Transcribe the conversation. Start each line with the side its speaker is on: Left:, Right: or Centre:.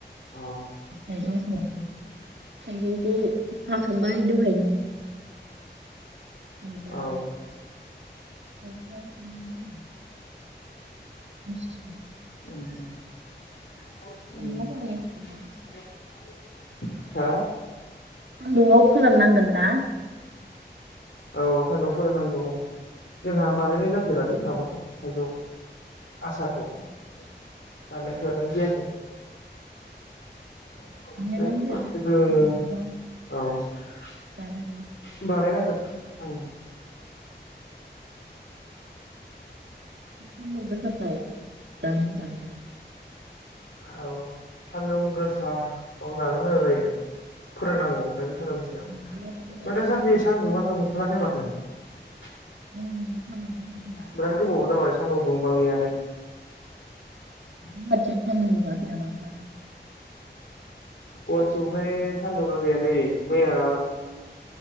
Left: औ
Right: थाइजौआ <unintelligible> सै थाइजौखौ हाखांबाय दहायनो माबाय
Left: औ
Right: <unintelligible> लांदां आ स <unintelligible>
Left: उ उ
Right: सान्दुंआव
Left: <unintelligible>
Right: फोराननांसिगोन
Left: उ
Right: ना
Left: <unintelligible> हो?
Right: सान्दुङाव फोराननांगोन ना?
Left: औ सानदुं फोरोंनांगौ जोंहा बानायनाय जफेरालै माबाखौ थायजौ आसारखौ।
Right: अ
Left: बानायफेरनाय जाखै <inaudible> ओमफ्राय
Right: बानायनानै दोन
Left: जों
Right: मालाबा
Left: <inaudible> औ <inaudible>
Right: जानो हायो
Left: बानायनांगोन ओम <inaudible>
Right: सानदुं गोसाफ्राव जानो मोजां ना।
Left: औ सान्दुं गोसायाव जानो मोजां जायो, फोरोंनांगौ ओमफ्राय। सान्दुं गोसायाव
Right: मोजां
Left: ओमफ्राय दा
Right: सान्दुं
Left: सान्दि सान्दुंआानो दुंथेराखै <unintelligible>
Right: <unintelligible> सान्दुं गोसाथार
Left: बिराद गोबाव जाबाय सान्दुं दुंबाङैयानो
Right: <unintelligible> सान्दुं दुङाखै नामा होमबा?
Left: गुवाहाटियावहाय सान्दुङा गैयालै। मैया